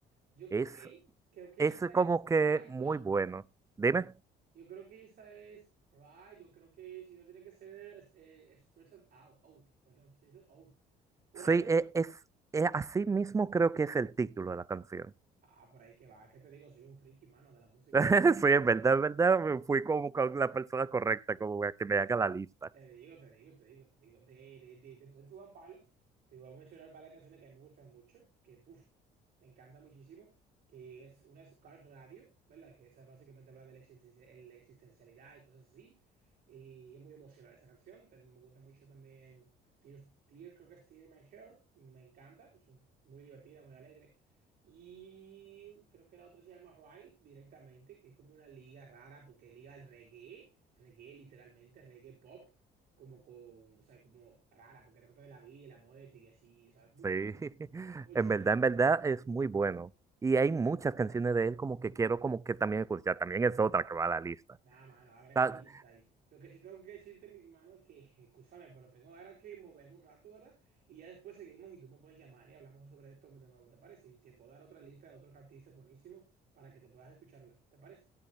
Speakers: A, on the right; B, on the right.
A: Yo
B: Es
A: creo que, creo que
B: Es
A: esa es
B: como que
A: Ride,
B: muy
A: no.
B: bueno. Dime.
A: Yo creo que esa es Ride, yo creo que si no tiene que ser eh, Stressed Out, out, perdón, Stressed Out. Una
B: Sí,
A: de esas.
B: e- es, e- así mismo creo que es el título de la canción.
A: Ah, por ahí que va, que te digo, soy un friki, mano, de la música.
B: <laughs> Sí, en verdad, en verdad, me fui como con la persona correcta, como para que me haga la lista.
A: Te digo, te digo, te digo, te digo. De, de, de, de twenty One Pilots, te voy a mencionar varias canciones que a mí me gustan mucho, que puf, me encanta muchísimo, que es una es Car Radio, ¿verdad? Que esa básicamente habla de la existencia- el- la existencialidad y cosas así. Y es muy emocional esa canción. También me gusta mucho también Tear, Tear, creo que es Tear in My Heart. Me encanta, es muy divertida, muy alegre. Y creo que la otra se llama Ride directamente, que es como una liga rara, porque liga al reggae, reggae literalmente, reggae pop como con, o sea, como rara, porque trata de la vida y la muerte y así, o sea, muy
B: Sí,
A: chula,
B: <laughs>
A: muy
B: en
A: chula.
B: verdad, en verdad es muy bueno. Y hay muchas canciones de él como que quiero como que también escuchar. También es otra que va a la lista.
A: Nada, mano, agrega
B: Ta-
A: tu lista ahí. Lo que sí tengo que decirte, mi hermano, es que, <laughs> escúchame, pero tengo ahora que moverme un rato, ¿verdad? Y ya después seguimos y tú me puedes llamar y hablamos sobre esto de nuevo, ¿te parece? Y te puedo dar otra lista de otros artistas buenísimos para que te puedas escucharla, ¿te parece?